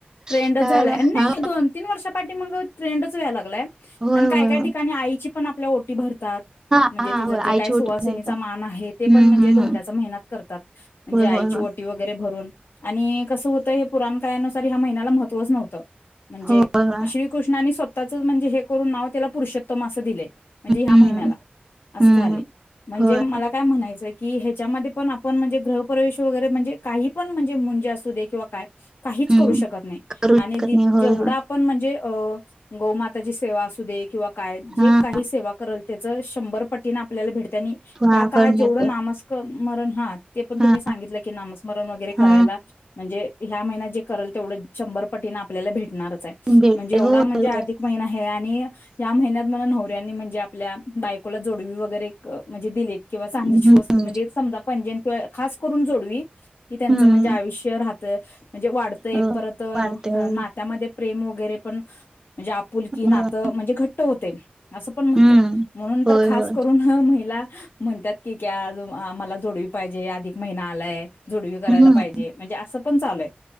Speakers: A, on the left; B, on the right.
A: ट्रेंडच
B: त्यावेळेला
A: झालया. नाही
B: हा
A: दोन तीन वर्षे पाठी आणि मग ट्रेंडच व्हाय लागलाय
B: होय
A: आणि
B: होय
A: काय काय
B: होय.
A: ठिकाणी आईची पण आपल्या ओटी भरतात.
B: हा
A: म्हणजे
B: हा
A: तिचं
B: होय
A: जे
B: आईची
A: काय सुवासिनीचा
B: ओटी घ्यायचा
A: मान आहे ते
B: हम्म
A: पण म्हणजे
B: हम्म
A: धोंड्याचा
B: हम्म
A: महिन्यात करतात म्हणजे
B: होय
A: आईची
B: होय होय.
A: ओटी वगैरे भरून आणि कसं होतं हे पुराण काळानुसार ह्या महिन्याला महत्वच नव्हतं म्हणजे
B: होय होय होय
A: म श्रीकृष्णानी स्वतः त्याच म्हणजे हे करून नाव त्याला पुरुषोत्तम असं दिलेय म्हणजे ह्या
B: हम्म
A: महिन्याला असं
B: हम्म
A: झालेय म्हणजे
B: होय
A: मला काय म्हणायचंय कि ह्याच्यामध्ये पण आपण म्हणजे गृहप्रवेश वगैरे म्हणजे काही पण म्हणजे मुंजे असू दे किंवा काय की काहीच
B: हम्म
A: करू शकत नाही
B: करू शकत
A: आणि दिप
B: नाही होय
A: जेवढं
B: होय
A: आपण म्हणजे अ गोमाताची सेवा असू दे किंवा काय जे
B: हा
A: काही सेवा कराल त्याचा शंभर त्या पटीने आपल्याला भेट त्यांनी
B: हा
A: हया काळात
B: करून
A: जेवढं
B: येते
A: नामस्कन स्मरण हा ते पण
B: हा
A: तुम्ही सांगितलं की नामस्मरण वगैरे करायला
B: हा
A: म्हणजे ह्या महिन्यात जे करल तेवढं शंभर पटीने आपल्याला भेट णारच आहे
B: भेटते
A: म्हणजे एवढा
B: होय
A: म्हणजे अधिक
B: होय
A: महिना हे आहे आणि या महिन्यात मला नवऱ्याने म्हणजे आपल्या बायको कोला जोडवी वगैरे म्हणजे दिली किंवा चांदीची
B: हम्म
A: वस्तू म्हणजे एक समजा पैंजण किंवा खास करून जोडवी की त्यांचं
B: हम्म
A: म्हणजे आयुष्य राहत त म्हणजे वाढतंय
B: होय
A: परत अ
B: वाढते होय
A: नात्यामध्ये प्रेम वगैरे पण म्हणजे आपुलकी
B: होय
A: नातं म्हणजे घट ट्ट होते. असं पण म्हणत्यात
B: हम्म
A: म्हणून
B: होय
A: तर खास
B: होय
A: करून ह महिला म्हणतात की क्या अजून आम्हाला जोडवी पाहिजे अधिक महिना आलाय. जोडवी करायला
B: हम्म
A: पाहिजे म्हणजे असं पण चाललय.